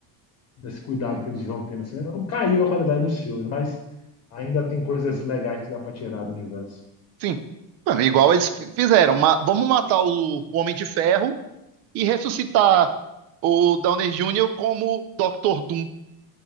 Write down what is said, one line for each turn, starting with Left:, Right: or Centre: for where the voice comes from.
Left: desse cuidado que eles vão tendo. Assim, caiu a qualidade dos filmes, mas ainda tem coisas legais que dá pra tirar do universo.
Right: sim. Ah, igual eles fi- fizeram. Ma- Vamos matar o, o Homem de Ferro e ressuscitar o Downey Júnior como Dr. Doom.